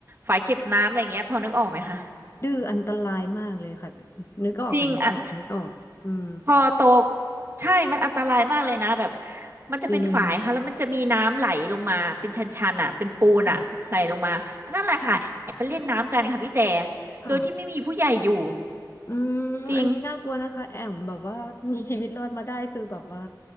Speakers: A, on the right; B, on the left.
A: ฝายเก็บน้ำอะไรเงี้ยพอนึกออกไหมคะ
B: ดื้ออันตรายมากเลยค่ะนึกออกค่ะนึกออกนึกออกอืม
A: จริงอะ พอโตใช่มันอันตรายมากเลยนะแบบมันจะเป็นฝายค่ะแล้วมันจะมีน้ำไหลลงมาเป็นชันๆอ่ะเป็นปูนอ่ะไหลลงมาอันนั้นแหละค่ะแอบไปเล่นน้ำกันค่ะพี่แต่
B: จริงค่ะค่ะค่ะ
A: โดยที่ไม่มีผู้ใหญ่อยู่
B: อืมอันนี้น่ากลัวนะคะแอมแบบว่ามีชีวิตรอดมาได้คือแบบว่า
A: จริง